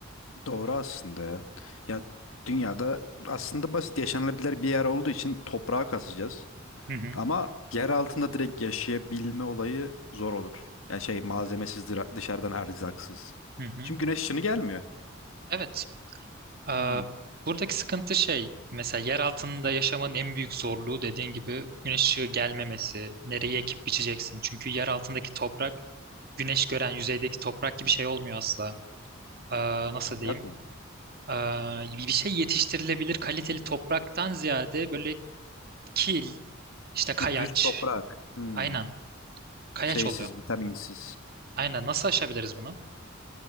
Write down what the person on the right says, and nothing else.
Hı hı.
Hı hı.
Evet. Ee,
buradaki sıkıntı şey, mesela yer altında yaşamanın en büyük zorluğu dediğin gibi güneş ışığı gelmemesi, nereye ekip biçeceksin. Çünkü yer altındaki toprak, güneş gören yüzeydeki toprak gibi şey olmuyor asla. Ee, nasıl diyeyim?
Ee, bir şey yetiştirilebilir kaliteli topraktan ziyade böyle kil, işte kayaç,
aynen kayaç
oluyor.
Aynen nasıl aşabiliriz bunu?